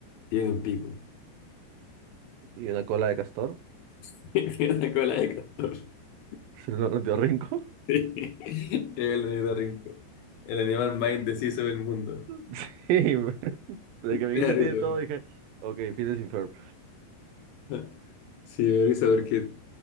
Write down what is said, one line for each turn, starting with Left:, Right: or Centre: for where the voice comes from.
Left: tiene un pico,
Right: y una cola de castor.
Left: <laughs> tiene una cola de castor. <laughs>
Right: <laughs> Se lo dio Rinco.
Left: Sí, El ornitorrinco, el animal más indeciso del mundo.
Right: <laughs> Sí, de que me
Left: Me
Right: guita
Left: da risa.
Right: tiene todo, dije, ok, Phineas y Ferb.
Left: <laughs> Sí, me da risa porque